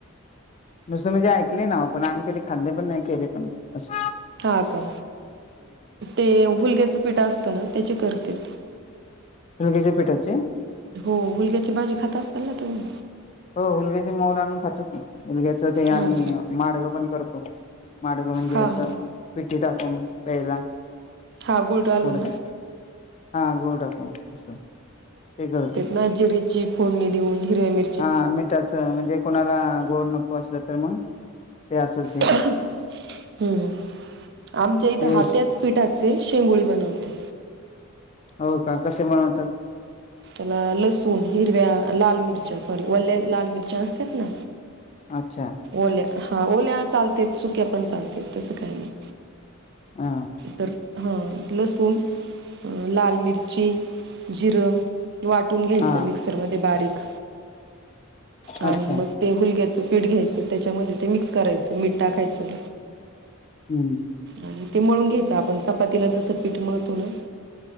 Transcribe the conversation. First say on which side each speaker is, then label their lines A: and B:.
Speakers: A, on the left; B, on the right.
A: नुसत म्हणजे ऐकले ना पण आम्ही कधी खाल्ले पण नाही केले पण अस
B: हा का ते हूलग्याच पिट असतं ना त्याचे करतात.
A: हुलग्याच्या पिठाचे
B: हो हुलग्याची भाजी खाता असताल ना तुम्ही.
A: हो हुलग्याचे मोड आणून खातो की हुलग्याच ते
B: हां
A: आम्ही माडगं पण करतो. माडगं म्हणजे
B: हां
A: असं
B: हां
A: पीठी टाकून प्यायला.
B: हां गुळ घालून.
A: थोडस हा गुळ टाकून असं ते करत.
B: जिऱ्याची फोडणी देऊन हिरव्या मिरिचा
A: हा मिठाच म्हणजे कोणाला गोड नको असलं तर मग ते असेच.
B: हम्म आमच्या इथं
A: ते
B: हातच. पिठाचे शेंगोळी बनवते.
A: हो का कसे बनवतात.
B: त्याला लसूण हिरव्या लाल मिरच्या सॉरी वल्या लाल मिरच्या असतात ना.
A: अच्छा
B: ओल्या हा ओल्या चालत सुक्या पण चालत तसं काही नाही.
A: हा
B: तर हा लसूण लाल मिरची. जिरं वाटून घ्यायचं
A: हा
B: मिक्सरमध्ये बारीक. आणि
A: अच्छा
B: मग ते हुलग्याचं घ्यायचं पीठ घ्यायचं त्याच्यामध्ये ते मिक्स करायचं मिठ टाकायचं.
A: हम्म
B: आणि ते मळून घ्यायच आपण चपातीला जसं पीठ मळतो ना.